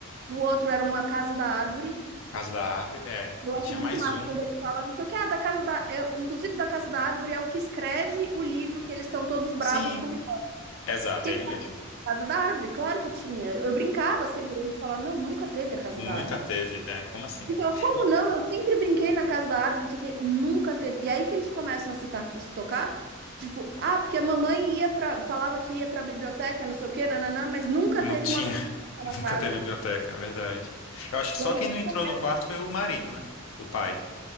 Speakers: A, on the right; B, on the left.
A: O outro era uma casa da árvore.
B: Casa da Árvore, é.
A: Eu
B: E
A: acho
B: tinha
A: muito
B: mais
A: massa
B: um,
A: quando ele fala, não sei o que, ah, da casa da, é, inclusive da Casa da Árvore é o que escreve o livro que eles estão todos bravos
B: sim,
A: com o irmão.
B: exato,
A: Que ele
B: é ele
A: fala,
B: mesmo.
A: Casa da Árvore, claro que tinha. Eu brincava sempre, ele falava, não, nunca teve a Casa
B: Nunca
A: da Árvore.
B: teve, é, como assim?
A: Ele fala, como
B: Eu,
A: não? Eu sempre brinquei na Casa da Árvore, não sei o que, nunca teve. E aí que eles começam a se, ta- se tocar, tipo, ah, porque a mamãe ia para, falava que ia para a biblioteca, não sei o que, nananã, mas nunca
B: não
A: teve
B: tinha
A: uma biblioteca
B: <laughs> Nunca
A: na casa.
B: teve biblioteca, é verdade. Eu acho que só
A: E aí
B: quem
A: eles
B: não entrou
A: começam,
B: no quarto foi o marido, né? O pai.